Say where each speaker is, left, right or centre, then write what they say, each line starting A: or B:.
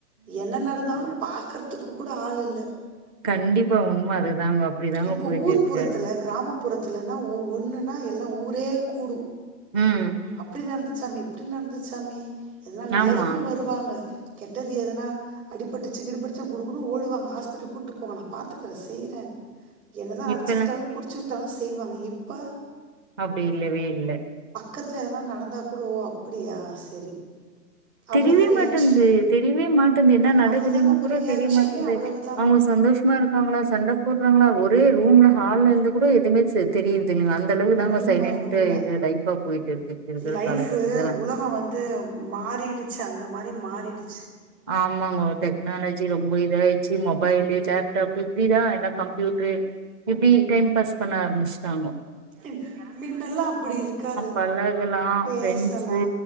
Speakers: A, on the right (about 60°); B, on the right (about 15°).
A: என்ன நடந்தாலும் பாக்கறது த்துக்கு கூட ஆள் இல்ல
B: கண்டிப்பா உண்ம அதுதாங்க அப்டிதாங்க
A: இப்ப
B: போயிட்டு
A: ஊர்புறத்துல
B: இருக்கு
A: கிராம ப்புறத்துலனா ஒ ஒன்னுனா எல்லாம் ஊரே கூடும்
B: ம்
A: அப்படி நரஞ் சாமி எப்புடி நடந்தது சாமி ஏனா நல்லதுக்கும்
B: ஆமா
A: வருவாங்க கெட்டது எதனா அடிப்பட்டுச்சு கீடு பட்டுச்சு குடுகுடுன்னு ஓடுவாங்க ஹாஸ்பிட்டலுக்கு கூப்பிட்டு போ நான் பாத்துக்கறே செய்றேன் என்னதான் அடிச்சுகிட்டாலும்
B: இப்பல்லா
A: புடிச்சுட்டு இருந்தாலோ செய்வாங்க இப்ப
B: அப்டி இல்லவே இல்ல
A: கத்ல எதனா நடந்தா கூட ஓ அப்டியா சரி அவ்வளோதா
B: திரிவே
A: ரியாக்ஷன்
B: மாட்டந்து தெரிவே மாட்டந்து என்னா நடக்குதுன்னு
A: அவ்வளோதா நம்ம
B: கூட
A: ரியாக்ஷனே
B: தெரிய மாட்டேது
A: அவ்வளவுதா
B: அவங்க சந்தோஷமா இருக்காங்களா சண்ட போட்றாங்களா ஒரே ரூம்ல ஹால்ல இருந்து கூட எதுவுமே தெரியுறது இல்லங்க அந்த அளவுக்கு தான்ங்க
A: உண்ம
B: சைலண்டாஇது
A: உண்ம
B: லைஃபா போயிட்டு இருக்கு இந்த ஒரு
A: லைஃபு
B: காலகட்டத்துல
A: உலகம் வந்து மாறிடுச்சு அந்த மாரி மாறிடு
B: ஆமாங்கோ டெக்னாலஜி ரொம்ப இதாயடுச்சு மொபைலு லேப்டாப் இப்டிதா எல்லா கம்ப்யூடரு இப்டி டேம் பாஸ் பண்ண ஆரம்பிச்ட்டாங்கோ
A: ம் மின்னெல்லா அப்படி இருக்காது
B: பழகலா
A: பேசலா
B: ஃப்ரெண்ட்ஸு